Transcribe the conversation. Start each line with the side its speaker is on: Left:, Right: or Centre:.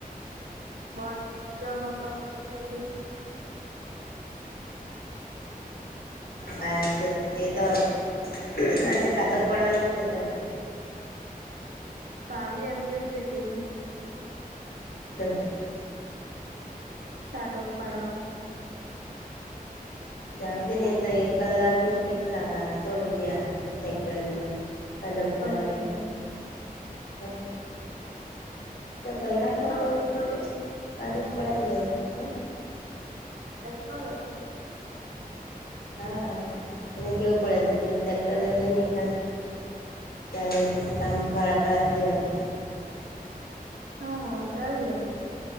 Right: મોટે માવાનો તો પછી.
Left: હા એ તો આજે કાદક પનાનામ કેેતા હતા.
Right: તો આવી એમ કેવું છે કે નહી
Left: હા <unintelligible>
Right: કાડોગ પાડવા
Left: જાવ દે ને તો એક કલાકના કેટલા બારસો રૂપિયા સેકટરના કદબ પડવાની
Right: ઓહો
Left: તો <unintelligible> તો કલાકમાં
Right: ટેકનોલો
Left: તો થોડ કદ પડાઈ જાય હ
Right: ટેકનોલોજી
Left: હા એને કેવું પડે તું ચેક કર લેજે એકાદ ત્યારે પછી કામ ભાડા પર આપી દેવાનું
Right: હા સારી જાય